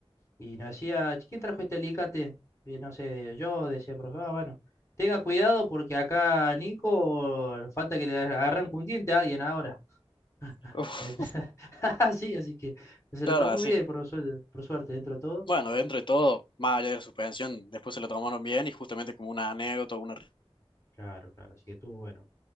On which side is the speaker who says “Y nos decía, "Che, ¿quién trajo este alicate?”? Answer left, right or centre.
Left